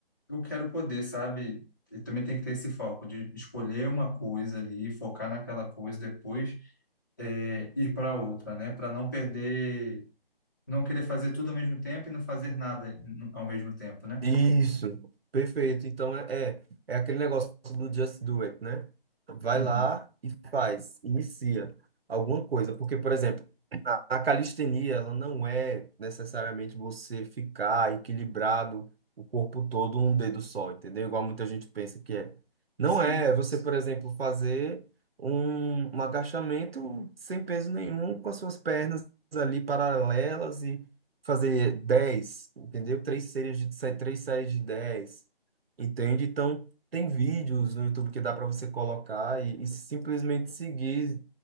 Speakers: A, on the left; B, on the right.
A: eu quero poder, sabe? Eu também tenho que ter esse foco de escolher uma coisa ali, focar naquela coisa, depois é, ir para outra, né? Para não perder, não querer fazer tudo ao mesmo tempo e não fazer nada ao mesmo tempo, né?
B: Isso, perfeito. Então é, é, é aquele negócio do just do it, né? Vai
A: Uhum.
B: lá e faz, inicia alguma coisa. Porque, por exemplo, a, a calistenia, ela não é necessariamente você ficar equilibrado o corpo todo num dedo só, entendeu? Igual muita gente pensa que é. Não
A: Sim,
B: é é você, por exemplo, fazer um, um agachamento sem peso nenhum com as suas pernas ali paralelas fazer dez entendeu? Três séries de, sé- três séries de dez entende? Então, tem vídeos no YouTube que dá para você colocar e, e simplesmente seguir,